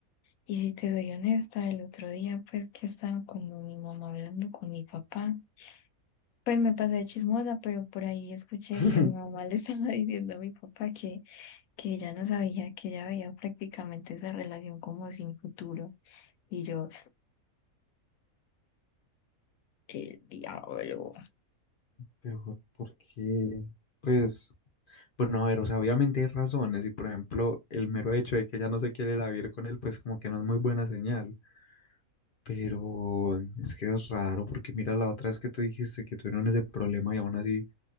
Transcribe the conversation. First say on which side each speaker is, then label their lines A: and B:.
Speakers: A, on the left; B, on the left.
A: Y si te soy honesta, el otro día pues que estaba con mi mamá hablando con mi papá, pues me pasé de chismosa, pero por ahí escuché
B: <laughs>
A: que mi mamá le <laughs> estaba diciendo a mi papá que, que ella no sabía, que ella veía prácticamente esa relación como sin futuro. Y yo, el diablo.
B: Pero ¿por qué? Pues, bueno, a ver, o sea, obviamente hay razones y por ejemplo, el mero hecho de que ella no se quiere ir a vivir con él, pues como que no es muy buena señal. Pero es que es raro porque mira la otra vez que tú dijiste que tuvieron ese problema y aún así